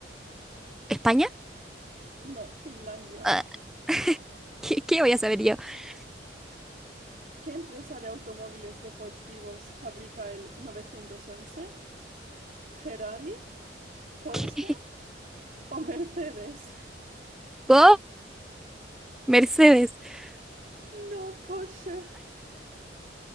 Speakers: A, in the centre; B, on the right.
A: ¿España?
B: No, Finlandia.
A: Ah, <laughs> ¿qué, qué voy a saber yo? <laughs>
B: ¿Qué empresa de automóviles deportivos fabrica el 911? ¿Ferrari, Porsche
A: ¿Qué?
B: o Mercedes? <laughs>
A: ¿Go? Mercedes. <laughs>
B: No, Porsche.